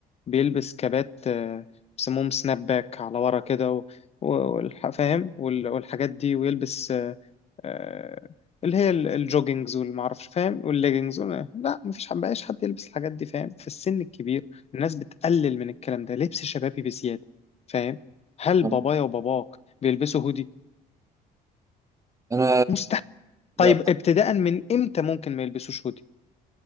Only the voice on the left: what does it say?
بيلبس كبات آه، بيسموهم سناب باك على ورا كده و- و- والح- فاهم وال- والحاجات دي ويلبس آه، آه، اللي هي ال- الجوجينجز والمعرفش فاهم والليجينجز وال- لا مفيش حد بقاش حد يلبس الحاجات دي فاهم في السن الكبير الناس بتقلل من الكلام ده لبس شبابي بزيادة فاهم هل
بابايا وباباك بيلبسوا هودي
مستحيل
طيب ابتداء من امتى ممكن ما يلبسوش هودي